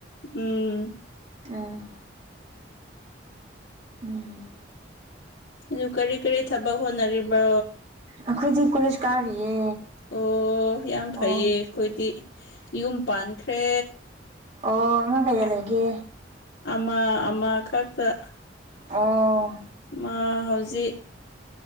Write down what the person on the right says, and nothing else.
ꯎꯝ ꯎꯝ
ꯑꯩꯈꯣꯏꯗꯤ ꯀꯣꯂꯦꯖ ꯀꯥꯔꯤꯌꯦ
ꯑꯣ
ꯑꯣ ꯑꯉꯥꯡ ꯀꯌꯥ ꯂꯩꯒꯦ
ꯑꯣ